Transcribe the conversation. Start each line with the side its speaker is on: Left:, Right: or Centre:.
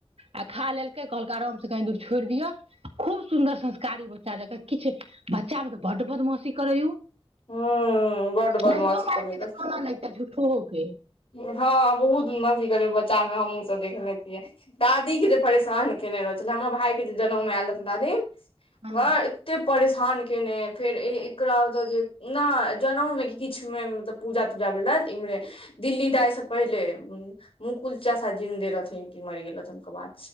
Right: आ खा लेलक कहल आाम सेी छोड़ि दिअ खूब सुन्दर संस्कारी ब किछु बच्चा मे त ब् बदमसी करै
Left: हूँ बड बदमाशी
Right: नहिो मारती
Left: करै रहै
Right: तऽ कोना ले झूठ ठोक
Left: हँ बहुत नथी करबै बच्चामे हमहूँसभ देखने छियै दादीके जे परेशान केयने रह छलै हमर भायके जे जनउमे आयल रहथि दादी
Right: हँ
Left: वऽ एत्ते परेशान कएने एय फेर ए-एकरा ओतऽ जे नहि जनउमे की किछमे मतलब पूजा तूजा भेलै इम्मरे दाइ से पहिले मुकुल चासा जिंन्दे रहथिन कि मरि गेल रहथिन ओ बाद